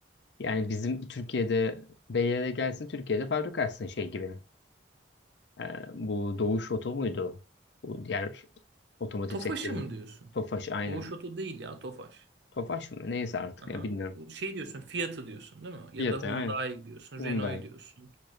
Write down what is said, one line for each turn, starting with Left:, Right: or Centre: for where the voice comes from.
Left: Yani bizim Türkiye'de BYD gelsin Türkiye'de fabrika açsın şey gibi. Ee, bu Doğuş Oto muydu? Bu diğer otomotiv
Right: Tofaş'ı
Left: sektörü.
Right: mı diyorsun?
Left: Tofaş aynı.
Right: Doğuş Oto değil ya Tofaş.
Left: Tofaş mı? Neyse artık
Right: Aha.
Left: ya bilmiyorum.
Right: Bu Şey diyorsun Fiat'ı diyorsun değil mi?
Left: Fiyatı
Right: Ya da Hyundai
Left: aynı.
Right: diyorsun,
Left: Hyundai.
Right: Renault'u diyorsun.